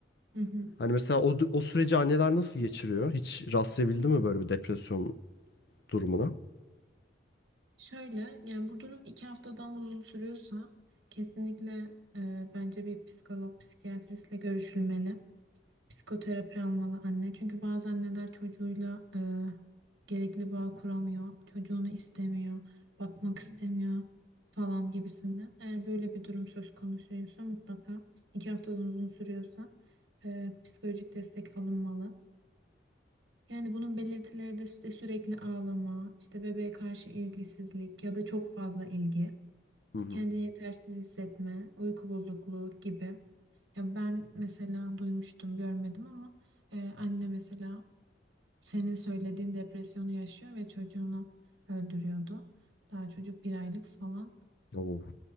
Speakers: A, on the right; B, on the left.
A: Hı hı.
B: Hani mesela o, o süreci anneler nasıl geçiriyor? Hiç rastlayabildi mi böyle bir depresyon durumuna?
A: Şöyle yani bu durum iki haftadan uzun sürüyorsa kesinlikle e, bence bir psikolog, psikiyatristle görüşülmeli. Psikoterapi almalı anne. Çünkü bazı anneler çocuğuyla e, gerekli bağ kuramıyor. Çocuğunu istemiyor, bakmak istemiyor falan gibisinden. Eğer böyle bir durum söz konusuysa mutlaka iki haftadan uzun sürüyorsa e, psikolojik destek alınmalı. Yani bunun belirtileri de işte sürekli ağlama, işte bebeğe karşı ilgisizlik ya da çok fazla ilgi
B: Hı hı.
A: kendini yetersiz hissetme, uyku bozukluğu gibi. Ya ben mesela duymuştum, görmedim ama e, anne mesela senin söylediğin depresyonu yaşıyor ve çocuğunu öldürüyordu. Daha çocuk bir aylık falan.
B: Oo.